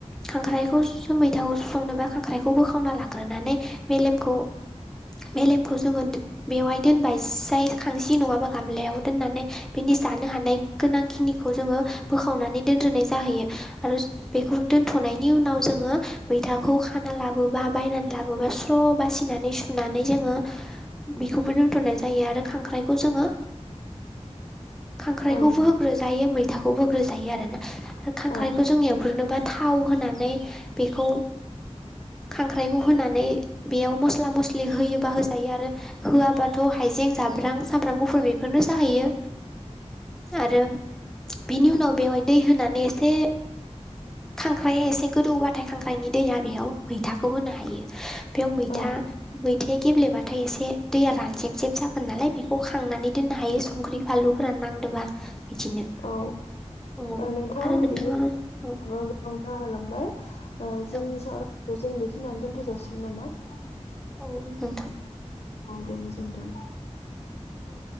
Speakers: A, in the centre; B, on the left.
A: खांख्राइखौ स' मैथाखौ संनोबा खांख्राइखौ बोखावना लाग्रोनानै मेलेमखौ मेलेमखौ जोङो बेवहाय दोनबाय जाय खांसि नङाबा गामलायाव दोननानै बिनि जानो हानाय गोनांखिनिखौ जोङो बोखावनानै दोनग्रोनाय जाहैयो। आरो बेखौ दोनथ'नायनि उनाव जोङो मैथाखौ खाना लाब बोबा बायनानै लाबोबा स्र' बासिनानै सुनानै जोङो बेखौबो दोनथ'नाय जायो आरो खांख्राइखौ जोङो खांख्राइखौबो
B: औ
A: होग्रो जायो मैथाखौबो होग्रो जायो आरोना आरो खांख्राइखौ
B: औ
A: जों एवग्रोनोबा थाव होनानै बेखौ खांख्राइखौ होनानै बेयाव मस्ला मस्लि होयोबा होजायो आरो होआबाथ' हाइजें जाब्रां सामब्राम गुफुर बेफोरनो जाहैयो। आरो बेनि उनाव बेवहाय दै होनानै एसे खांख्राइआ एसे गोदौबाथाय खांख्राइनि दैया बेयाव मैथाखौ होनो हायो। बेयाव मैथा
B: औ
A: मैथाया गेब्लेबाथाय एसे दैया रानजेब जेब जागोन नालाय बेखौ खांनानै दोननो हायो संख्रि फालुफोर नांदोंबा बिदिनो
B: औ
A: औ
B: ओ नोंथां
A: आरो
B: बिदिबा
A: नोंथाङा
B: <unintelligible>
A: औ
B: <unintelligible> जाहोलांबाय ओ जोंनि
A: औ
B: सावरायनायखौ जों बेखिनियावनो दोन्थ' जासिगोन नामा?
A: औ नोंथां।
B: औ दे गोजोन्थों।
A: औ।